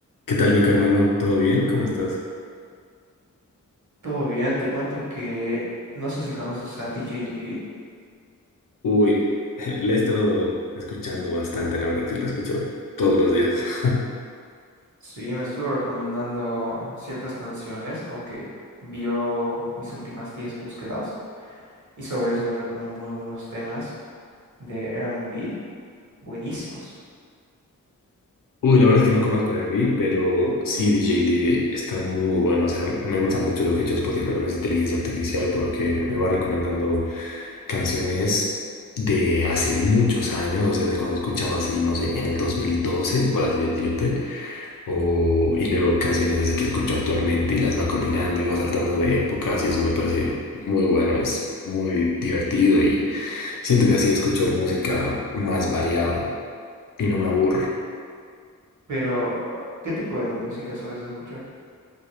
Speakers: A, on the left; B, on the right.
A: ¿Qué tal, Nico, hermano? ¿Todo bien? ¿Cómo estás?
B: Todo bien, te cuento que no sé si conoces a DJ Libby.
A: Uy, <laughs> la he estado escuchando bastante, la verdad que la escucho todos los días. <laughs>
B: Sí, me estuvo recomendando ciertas canciones, como que vio mis últimas 10 búsquedas y sobre eso me recomendó algunos temas de R&B buenísimos.
A: Uy, la verdad es que no conozco Airbnb, pero sí, DJ Libby está muy bueno. O sea, me gusta mucho lo que ha hecho Spotify con esa inteligencia artificial porque me va recomendando canciones de hace muchos años, o sea, de cuando escuchaba así, no sé, en el 2012, por así decirte, o, y luego canciones así que escucho actualmente y las va combinando y va saltando de épocas y eso me parece muy bueno, es muy divertido y siento que así escucho música más variada y no me aburro.
B: Pero, ¿qué tipo de música sueles escuchar?